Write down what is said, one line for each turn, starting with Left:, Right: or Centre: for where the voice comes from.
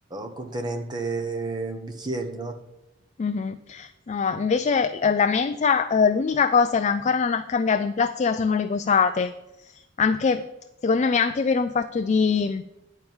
Right: contenente bicchieri, no?
Left: Mhm. No, invece eh, la mensa, eh, l'unica cosa che ancora non ha cambiato in plastica sono le posate. Anche, secondo me, anche per un fatto di,